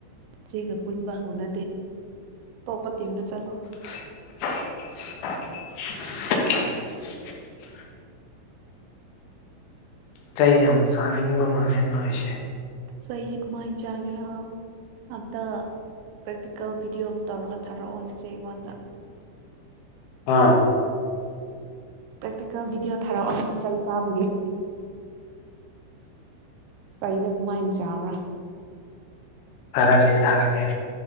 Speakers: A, on the right; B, on the left.
A: ꯅꯆ‌ꯦꯒ ꯄꯨꯟꯕ ꯍꯅꯗ‌ꯦ ꯑꯇꯣꯞꯄ ꯊꯤꯝꯗꯥ ꯆꯠꯂꯣ
B: <unintelligible> ꯆꯩ ꯌꯥꯝ ꯆꯥꯅꯤꯡꯕ ꯃꯥꯜꯂꯦ ꯅꯣꯢꯁꯦ
A: ꯆꯩꯁꯤ ꯀꯃꯥꯏ ꯆꯥꯒꯦꯔ ꯑꯝꯇ ꯄ꯭ꯔꯦꯛꯇꯤꯀꯦꯜ ꯚꯤꯗꯤꯑꯣ ꯑꯃ ꯇꯧꯔꯒ ꯊꯥꯔꯛꯑꯣ ꯍꯣꯖꯤꯛ ꯑꯩꯉꯣꯟꯗ
B: ꯑꯥ
A: ꯄ꯭ꯔꯦꯛꯇꯤꯀꯦꯜ ꯚꯤꯗꯤꯑꯣ ꯊꯥꯔꯛꯑꯣ ꯅꯪ ꯆꯩ ꯆꯥꯕꯒꯤ ꯑꯩꯗꯨ ꯀꯃꯥꯢ ꯆꯥꯕ꯭ꯔ
B: ꯊꯔꯛꯀꯦ ꯊꯔꯛꯀꯦ